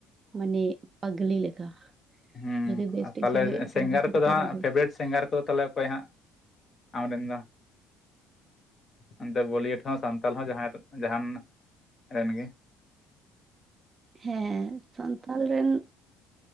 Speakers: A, on the right; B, on the left.
A: ᱢᱟᱱᱮ ᱯᱟᱜᱽᱞᱤ ᱞᱮᱠᱟ
B: ᱦᱮᱸ
A: ᱡᱩᱫᱤ ᱵᱮᱥ ᱴᱷᱤᱠ
B: ᱛᱟᱦᱚᱞᱮ
A: ᱥᱮᱨᱮᱧ ᱦᱩᱭᱩᱜᱼᱟ ᱛᱟᱦᱚᱞᱮ
B: ᱥᱤᱝᱜᱟᱨ
A: ᱠᱷᱟᱱ
B: ᱠᱚᱫᱚ
A: ᱠᱚ
B: ᱦᱟᱸᱜ ᱯᱷᱮᱵᱟᱨᱤᱴ ᱥᱤᱝᱜᱟᱨ ᱠᱚᱫᱚ ᱛᱟᱦᱚᱞᱮ ᱚᱠᱚᱭ ᱦᱟᱸᱜ ᱟᱢ ᱨᱮᱱ ᱫᱚ ᱚᱱᱛᱮ ᱵᱚᱞᱤᱭᱩᱰ ᱦᱚᱸ ᱥᱟᱱᱛᱟᱞ ᱦᱚᱸ ᱡᱟᱦᱟᱸ ᱡᱟᱦᱟᱱ ᱨᱮᱱ ᱜᱮ
A: ᱦᱮᱸ ᱥᱟᱱᱛᱟᱞ ᱨᱮᱱ